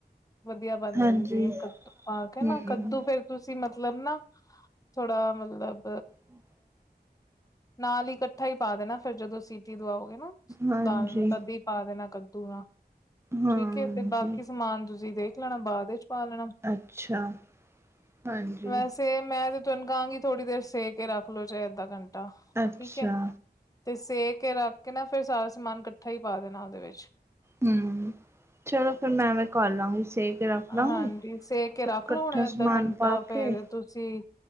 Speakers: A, on the left (about 20°); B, on the right (about 15°).
A: ਵਧੀਆ ਬਣ
B: ਹਾਂਜੀ
A: ਜਾਂਦੀ ਹੈ ਕੱਦੂ ਪਾ ਕੇ
B: ਹਮ
A: ਨਾ ਕੱਦੂ ਫੇਰ ਤੁਸੀਂ ਮਤਲਬ ਨਾ ਥੋੜਾ ਮਤਲਬ
B: ਹੂੰ।
A: ਨਾਲ ਹੀ ਇਕੱਠਾ ਹੀ ਪਾ ਦੇਣਾ ਫਿਰ ਜਦੋਂ ਸੀਟੀ ਦੁਵਾੳਗੇ ਨਾ।
B: ਹਾਂਜੀ
A: ਦਾਲ ਨੂੰ ਤਦੀ ਪਾ ਦੇਣਾ ਕੱਦੂ ਨਾਲ,
B: ਹਾਂਜੀ
A: ਠੀਕ ਹੈ ਤੇ ਬਾਕੀ ਸਮਾਨ ਤੁਸੀਂ ਦੇਖ ਲੈਣਾ ਬਾਅਦ ਵਿੱਚ ਪਾ ਲੈਣਾ
B: ਅੱਛਾ ਹਾਂਜੀ
A: ਵੈਸੇ ਮੈਂ ਤੇ ਤੂਹਨੂੰ ਕਹਾਂਗੀ ਥੋੜੀ ਦੇਰ ਸੇ ਕੇ ਰੱਖ ਲੋੋ ਚੇ ਅੱਧਾ ਘੰਟਾ
B: ਅੱਛਾ
A: ਠੀਕ ਹੈ। ਤੇ ਸੇ ਕੇ ਰੱਖ ਕੇ ਨਾ ਫੇਰ ਸਾਰਾ ਸਮਾਨ ਇਕੱਠਾ ਹੀ ਪਾ ਦੇਣਾ ਉਹਦੇ ਵਿੱਚ।
B: ਹਮ, ਚਲੋ ਫਿਰ ਮੈਂ ਐਵੇਂ ਕਰ ਲਾਗੀ ਸੇ ਕੇ ਰੱਖ ਲਾਗੀ
A: ਹਾਂਜੀ ਸੇ ਕੇ
B: ਫੇਰ
A: ਰੱਖ
B: ਕੱਠਾ
A: ਲੋ ਹੁਣੇ ਅੱਧਾ
B: ਸਮਾਨ
A: ਘੰਟਾ
B: ਪਾ
A: ਫੇਰ
B: ਕੇ
A: ਤੁਸੀਂ